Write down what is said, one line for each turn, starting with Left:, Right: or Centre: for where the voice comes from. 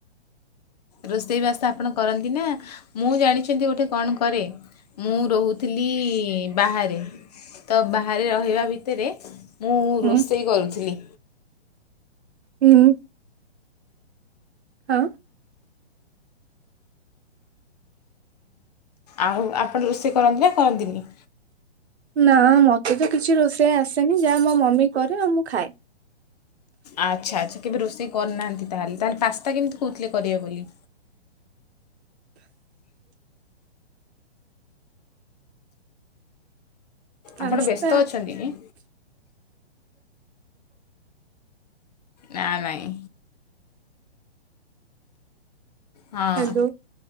Left: ରୋଷେଇ ବାସ ଆପଣ କରନ୍ତି ନା ମୁଁ ଜାଣିଚନ୍ତି ଗୋଟେ କଣ କରେ? ମୁଁ ରୋହୁଥିଲି ବାହାରେ। ତ ବାହାରେ ରହିବା ଭିତରେ ମୁଁ
Right: ହୁଁ
Left: ରୋଷେଇ କରୁଥିଲି।
Right: ହୁଁ। ହଁ
Left: ଆଉ ଆପଣ ରୋଷେଇ କରନ୍ତି ନା କରନ୍ତିନି?
Right: ନାଁ ମତେ ତ କିଛି ରୋଷେଇ ଆସେନି ଯାଆ ମୋ ମମି କରେ ଆଉ ମୁଁ ଖାଏ।
Left: ଆଚ୍ଛା ଆଚ୍ଛା କେବେ ରୋଷେଇ କରିନାହାନ୍ତି ତାହେଲେ ତାହେଲେ ପାସ୍ତା କେମିତି କହୁଥିଲେ କରିବେ ବୋଲି?
Right: ପାସ୍ତା
Left: ଆପଣ ବ୍ୟସ୍ତ ଅଛନ୍ତି କି? ନା ନାଇଁ ହଁ
Right: ହ୍ୟାଲୋ